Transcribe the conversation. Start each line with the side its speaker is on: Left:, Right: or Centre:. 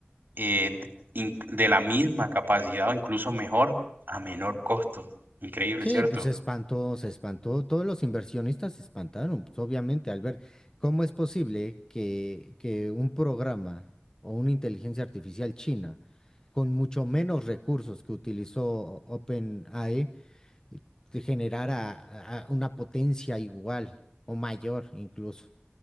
Right: eh, in- de la misma capacidad o incluso mejor a menor costo. Increíble,
Left: Sí,
Right: ¿cierto?
Left: pues se espantó, se espantó. Todos los inversionistas se espantaron, pues obviamente, al ver cómo es posible que, que un programa o una inteligencia artificial china, con mucho menos recursos que utilizó OpenAI, eh, te generara a- a una potencia igual o mayor incluso,